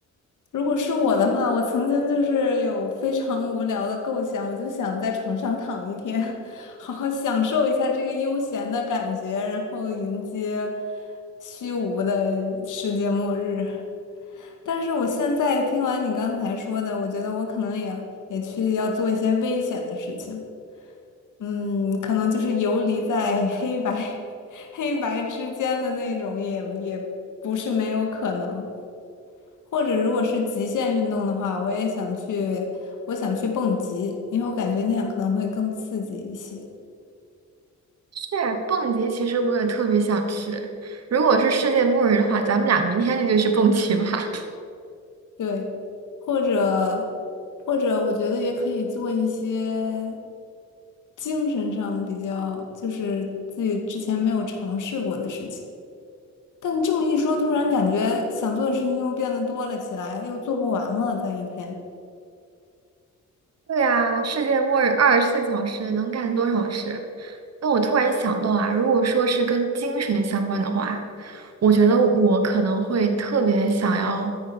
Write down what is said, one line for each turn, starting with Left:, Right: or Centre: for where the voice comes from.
Left: 如果是我的话，我曾经就是有非常无聊的构想，我就想在床上躺一天，<laughs> 好好享受一下这个悠闲的感觉，然后迎接虚无的世界末日。但是我现在听完你刚才说的，我觉得我可能也也去要做一些危险的事情，嗯，可能就是游离在黑白 <laughs> 黑白之间的那种也，也不是没有可能。或者如果是极限运动的话，我也想去，我想去蹦极，因为我感觉那样可能会更刺激一些。
Right: 是蹦极，其实我也特别想去。如果是世界末日的话，咱们俩明天就去蹦极吧。
Left: 对，或者或者我觉得也可以做一些精神上比较，就是自己之前没有尝试过的事情。但这么一说，突然感觉想做的事情又变得多了起来，又做不完了，在一天。
Right: 对啊，世界末日二十四小时能干多少事？那我突然想到啊，如果说是跟精神相关的话，我觉得我可能会特别想要